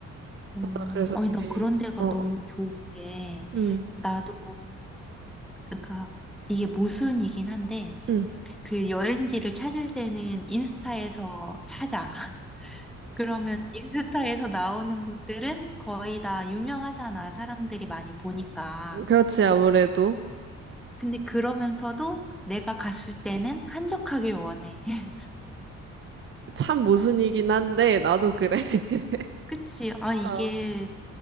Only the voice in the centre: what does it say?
음,
아니,
난 그런 데가
너무 좋은 게,
나도, 그러니까, 이게 모순이긴 한데,
그 여행지를 찾을 때는 인스타에서 찾아. <laughs> 그러면 인스타에서 나오는 곳들은 거의 다 유명하잖아. 사람들이 많이 보니까.
근데 그러면서도 내가 갔을 때는 한적하길 원해. <laughs>
그치? 아, 이게